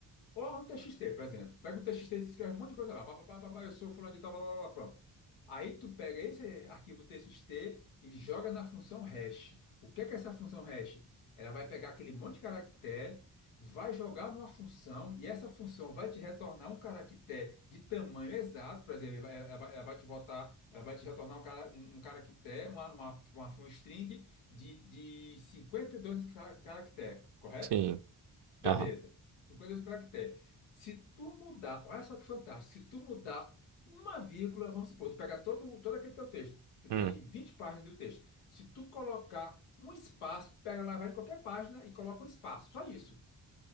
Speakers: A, on the left; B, on the right.
A: Ou um T, X T, por exemplo. Pega um TXT e escreve um monte de coisa lá. Pá, pá, pá, pá, pá, eu sou fulano de tal, blá, blá, blá, pronto. Aí tu pega esse arquivo T X T e joga na função hash. O que é que é essa função hash? Ela vai pegar aquele monte de caractere, vai jogar numa função e essa função vai te retornar um caractere de tamanho exato. Por exemplo, ela ela vai, ela vai te voltar, ela vai te retornar um, cara, um um caractere, uma, uma, uma, um string de, de 52 ca- caractere, correto?
B: Sim.
A: Beleza.
B: Aham.
A: 52 caracteres. Se tu mudar, olha só que fantástico. Se tu mudar uma vírgula, vamos supor, tu pega todo, todo aquele teu texto, tu
B: Hum.
A: tem 20 páginas do texto. Se tu colocar um espaço, tu pega lá, vai em qualquer página e coloca um espaço, só isso.